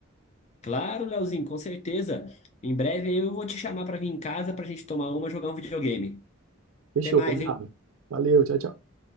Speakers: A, on the left; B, on the right.
A: Claro, Leozinho, com certeza. Em breve eu vou te chamar pra vir em casa pra gente tomar uma, jogar um videogame.
B: Fechou,
A: Até mais,
B: combinado.
A: hein?
B: Valeu, tchau, tchau.